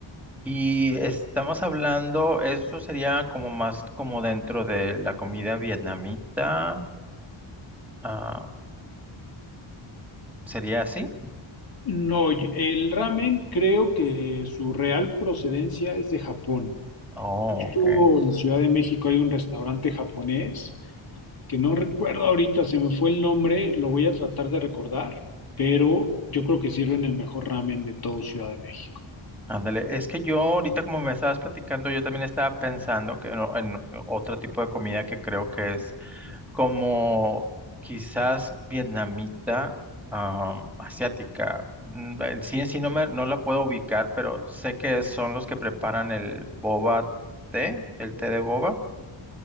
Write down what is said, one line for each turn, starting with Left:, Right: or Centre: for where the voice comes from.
Centre: Y estamos hablando, esto sería como más como dentro de la comida vietnamita, ah, ¿sería así?
Left: No, oye, el ramen creo que su real procedencia es de Japón.
Centre: Oh,
Left: Justo
Centre: ok.
Left: en Ciudad de México hay un restaurante japonés que no recuerdo ahorita, se me fue el nombre, lo voy a tratar de recordar, pero yo creo que sirven el mejor ramen de todo Ciudad de México.
Centre: Ándale, es que yo ahorita como me estabas platicando, yo también estaba pensando que no- en otro tipo de comida que creo que es como quizás vietnamita, am, asiática. Mm, En sí, en sí no me, no la puedo ubicar, pero sé que son los que preparan el boba té, el té de boba.